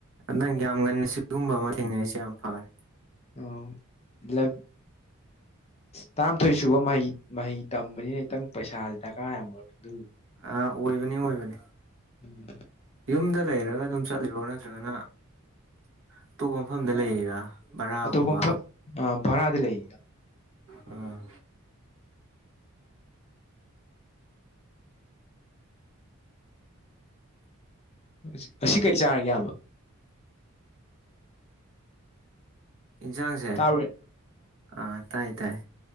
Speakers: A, on the right; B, on the left.
A: ꯅꯪ ꯌꯥꯝ ꯉꯟꯅ ꯁꯤꯒꯨꯝꯕ ꯑꯃ ꯊꯦꯡꯅꯔꯤꯁꯦ ꯌꯥꯝ ꯐꯔꯦ꯫
B: ꯑꯣ ꯂꯕ ꯇꯔꯥꯃꯥꯊꯣꯏ ꯁꯨꯕ ꯃꯍꯩ ꯃꯍꯩ ꯇꯝꯕꯖꯤ ꯈꯤꯇꯪ ꯄꯩꯁꯥꯖꯦ ꯗꯔꯀꯥꯔ ꯌꯥꯝ ꯑꯣꯏꯔꯛꯄ ꯗꯨ
A: ꯑ ꯑꯣꯏꯕꯅꯤ ꯑꯣꯏꯕꯅꯤ
B: ꯎꯝ
A: ꯌꯨꯝꯗ ꯂꯩꯔꯒ ꯑꯗꯨꯝ ꯆꯠꯂꯤꯔꯣ ꯅꯠꯇ꯭ꯔꯒꯅ ꯑꯇꯣꯞꯄ ꯃꯐꯝꯗ ꯂꯩꯔꯤꯔꯥ ꯕꯔꯥꯒꯨꯝꯕ
B: ꯑꯇꯣꯞꯄ ꯃꯐꯝ ꯑꯥ ꯚꯔꯥꯗ ꯂꯩ
A: ꯑꯣ
B: ꯉꯁ ꯉꯁꯤ ꯀꯩ ꯆꯥꯔꯒꯦ ꯏꯌꯥꯝꯕ꯫
A: ꯏꯟꯁꯥꯡꯖ‌ꯦ
B: ꯇꯥꯕ꯭ꯔ
A: ꯑꯥ ꯇꯥꯏ ꯇꯥꯏ